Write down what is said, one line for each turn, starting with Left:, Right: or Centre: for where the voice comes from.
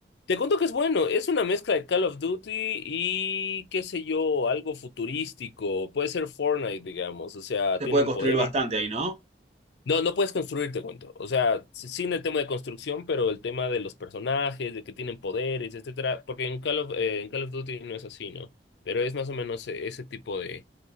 Left: Te cuento que es bueno, es una mezcla de Call of Duty y qué sé yo, algo futurístico, puede ser Fortnite, digamos, o sea,
Right: Se
Left: tienen
Right: puede construir
Left: poderes.
Right: bastante ahí, ¿no?
Left: No, no puedes construir, te cuento. O sea, sí- sin el tema de construcción, pero el tema de los personajes, de que tienen poderes, etcétera. Porque en Call of, eh, en Call of Duty no es así, ¿no? Pero es más o menos eh, ese tipo de,